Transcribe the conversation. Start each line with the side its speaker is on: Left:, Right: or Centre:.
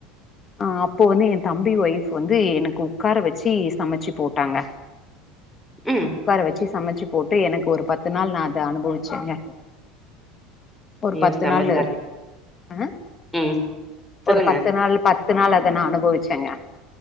Left: ஆஹ் அப்ப வந்து எ தம்பி ஒய்ஃப் வந்து எனக்கு உக்கார வச்சி சமச்சுப் போட்டாங்க
Centre: ம்
Left: உக்கார வச்சு ச சமச்சு போட்டு எனக்கொரு பத்து நாள் நா அத அனுபவிச்சேங்க ஒரு
Centre: ஐயோ
Left: பத்து
Centre: செம
Left: நாள்ளு
Centre: ஜாலி
Left: அஹ்
Centre: ம் சொல்லுங்க
Left: ஒரு பத்து நாள் பத் த்து நாள் அத நா அனுபவிச்சேங்க